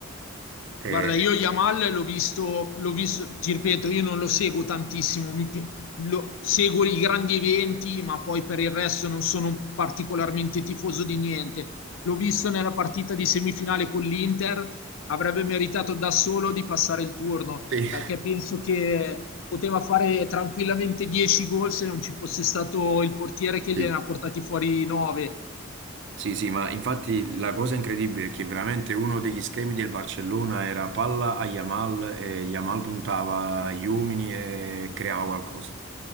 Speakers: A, on the right; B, on the left.
A: E-
B: Guarda, io Yamal l'ho visto, l'ho visto, ti ripeto, io non lo seguo tantissimo, mi pi- lo- seguo i grandi eventi, ma poi per il resto non sono particolarmente tifoso di niente. L'ho visto nella partita di semifinale con l'Inter, avrebbe meritato da solo di passare il turno,
A: Sì.
B: perché penso che poteva fare tranquillamente 10 gol se non ci fosse stato il portiere che
A: Sì.
B: gliene ha portati fuori 9.
A: Sì, sì, ma infatti la cosa incredibile è che veramente uno degli schemi del Barcellona era palla a Yamal e Yamal puntava agli uomini e creava qualcosa